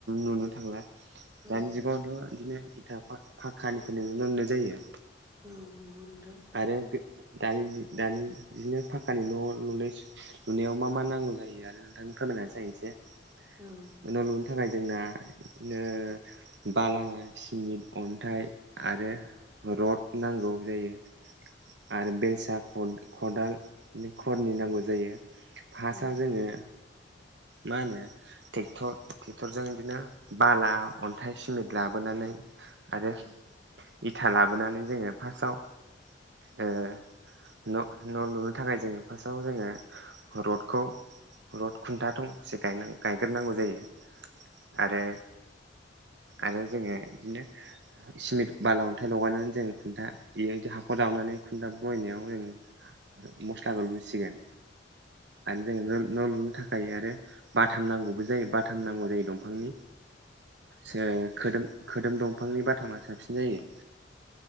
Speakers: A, on the right; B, on the right.
A: नुनो थांला दानि
B: औ
A: जुगावथ इदिनो इथा पाखक्कानिफोरनिनो नुनो मोननाय जायो
B: औ नंगौ नोंथां
A: आरो बे दानि दानि इदिनो फक्कानि न' लुनाय लुनायाव मा मा नांगौ जायो आरो नोंथांनो फोरमायना होनोसै आं एसे
B: औ
A: न' लुनो थाखाय जोंना इदिनो बाला सिमेन्ट अन्थाइ आरो रड नांगौ जायो आरो बेलसा खदाल खरनि नांगौ जायो फार्स्टआव
B: औ
A: जोंङो मा होनो ट्रेक्टर ट्रेक्टरजों बिदिनो बाला अनथाइ सिमेनट लाबोनानै आरो
B: औ
A: इथा लाबोनानै जोङो फार्स्टआव ओ न' न'लुनो थाखाय जोङो फार्स्टआव जोङो रडखौ रड खुनथा थंसे गायनां गायग्रोनांगौ जायो आरो आरो जोङो इदिनो सिमेन्ट बाला अनथाइ लगायनानै जों खुनथा बेबायदि हाखर जावनानै खुनथा बहायनायाव जों मस्लाखौ लुसिगोन आरो जों न' न' लुनो थाखाय जायो आरो बाथाम नांगौबो जायो बाथाम नांगौ जायो दंफांनि जे खोदोम खोदोम दंफांनि बाथामा साबसिन जायो